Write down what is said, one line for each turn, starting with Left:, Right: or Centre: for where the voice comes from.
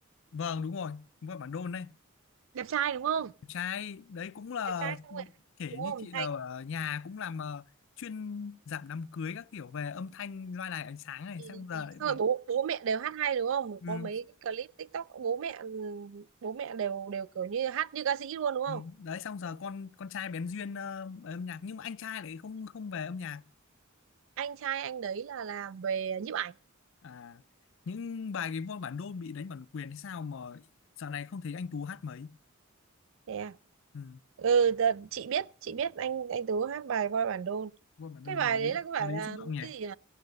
Left: vâng đúng rồi đúng rồi bản đôn này
Right: đẹp trai đúng không
Left: trai đấy cũng là
Right: đẹp trai xong rồi
Left: kể
Right: đúng
Left: như
Right: không
Left: chị
Right: hay
Left: là ở
Right: có
Left: nhà cũng làm ờ, chuyên giảm đám cưới các kiểu về âm thanh loa đài ánh sáng này
Right: ừ,
Left: xong giờ
Right: ừ.
Left: lại
Right: xong
Left: bị
Right: rồi bố bố mẹ đều hát hay đúng không
Left: ừ,
Right: có mấy cái clip TikTok bố mẹ bố mẹ đều đều kiểu như hát như ca sĩ luôn đúng không
Left: ừ. đấy xong giờ con con trai bén duyên ờ, về âm nhạc nhưng mà anh trai lại không không về âm nhạc
Right: anh trai anh đấy là làm về nhiếp ảnh
Left: à những bài cái voi bản đôn bị đánh bản quyền hay sao mà dạo này không thấy anh Tú hát mấy
Right: nè
Left: ừ.
Right: ừ đợt- chị biết chị biết anh anh Tú hát bài voi bản đôn
Left: Wow, bạn
Right: cái
Left: ơi
Right: bài
Left: bài
Right: đấy là có phải
Left: bài đấy
Right: là
Left: xúc động nhỉ
Right: cái gì nhỉ